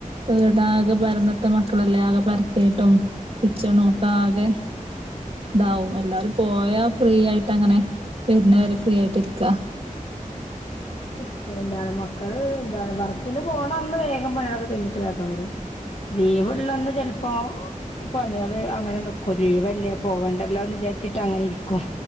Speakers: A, on the right; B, on the left.
A: വീടാകെ പരന്നിട്ട് മക്കളല്ലേ ആകെ പരത്തിയിട്ടും കിച്ചണോക്ക ആകെ ഇതാവും എല്ലാവരും പോയാ ഫ്രീ ആയിട്ട് അങ്ങനെ വരുന്ന വരെ ഫ്രീ ആയിട്ടിരിക്കാ
B: <unintelligible> മക്കള് എന്താണ് വർക്കിന്റെ പോണ അന്ന് വേഗം പണികളൊക്കെ കഴിഞ്ഞിട്ട് വേഗം വരും ലീവ്ള്ളന്ന് ചിലപ്പോ പണികള് അങ്ങനെ നക്കോ ലീവല്ലേ പോവണ്ടല്ലോന്ന് വിചാരിച്ചിട്ട് അങ്ങനെ ഇരിക്കും